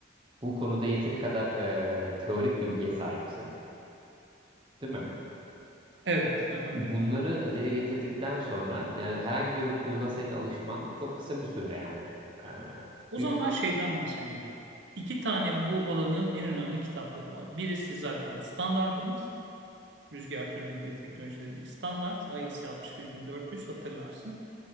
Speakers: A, on the right; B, on the right.
A: Bu konuda yeteri kadar e, teorik bilgiye sahipsin, değil mi?
B: Evet. Hı hı.
A: Bunları dile getirdikten sonra yani herhangi bir tool'a senin alışman çok kısa bir süre yani. E,
B: O
A: büyük
B: zaman
A: ihtimal
B: ben şeyden bahsedeyim. İki tane bu alanın en önemli kitapları var. Birisi zaten standardımız. Rüzgar türbinleri teknolojilerindeki standart. IEC 61400 hatırlarsın.